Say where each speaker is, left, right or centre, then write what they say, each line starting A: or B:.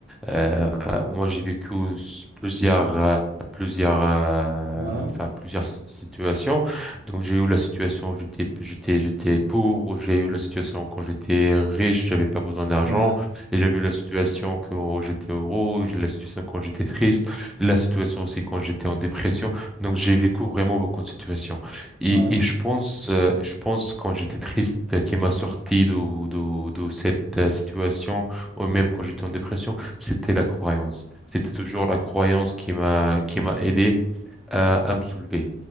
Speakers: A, in the centre; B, on the right (about 45°).
A: Euh, moi, j'ai vécu s- plusieurs, euh, plusieurs, euh,
B: ouais,
A: enfin, plusieurs situations. Donc, j'ai eu la situation où j'étais, j'étais, j'étais pauvre. J'ai eu la situation quand j'étais riche, j'avais pas besoin d'argent.
B: ouais,
A: Et j'ai vu la situation quand j'étais heureux, j'ai la situation quand j'étais triste, la situation aussi quand j'étais en dépression. Donc, j'ai vécu vraiment beaucoup de situations. Et,
B: ouais,
A: et je pense, euh, je pense quand j'étais triste, euh, qui m'a sorti de, de, de cette euh, situation, ou même quand j'étais en dépression c'était la croyance. C'était toujours la croyance qui m'a qui m'a aidé à, à me soulever.